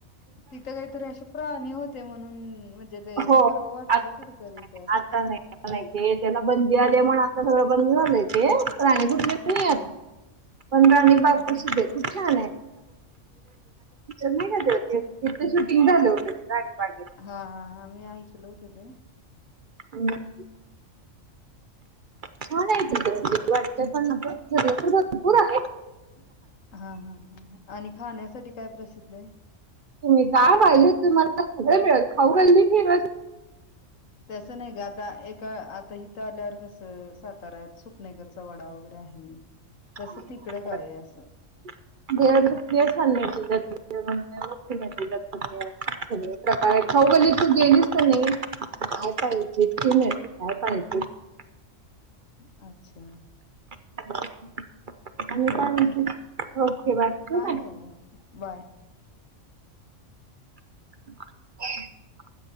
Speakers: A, on the left; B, on the right.
A: तिथं काहीतरी असे प्राणी होते म्हणून म्हणजे ते
B: हो
A: मी
B: आत-
A: परवा वाचलो कुठेतरी
B: नाही, नाही,
A: त्या
B: आता नाही नाही ते त्याला बंदी आल्यामूळ आता सगळं बंद झालंय ते प्राणी दु <unintelligible>
A: हा
B: दादा कोंडके
A: अच्छा
B: पिक्चर नाही का त्यो तिथे शूटिंग झालं होतते ते. राणीबागेत
A: हा हा हा मी ऐकल होतं ते.
B: अ <unintelligible> छान आहेण वाट प तर भरपूर आहे.
A: हा हा हा आणि खाण्यासाठी काय प्रसिद्ध हाय?
B: तुम्ही पाहिले तुम्हाला सगळं मिळत खाऊ गल्ली फेमस
A: तस नाही ग, आता एका आता हथं आल्यावर कसं साताऱ्यात सुपनेकरचा वडा वगैरे आहे.
B: <unintelligible>
A: तसं तिकडं काय
B: <unintelligible>
A: आहे असं
B: प्रकारे खाऊ गल्लीत तू गेलीस का नाहीस काय पाहिजे इतकी माते काय पाहिजे
A: <inaudible> अच्छा!
B: <inaudible> आणि काय
A: ओके
B: म्हणते ओके बाय ठेवू
A: काय नाही बाय.
B: ह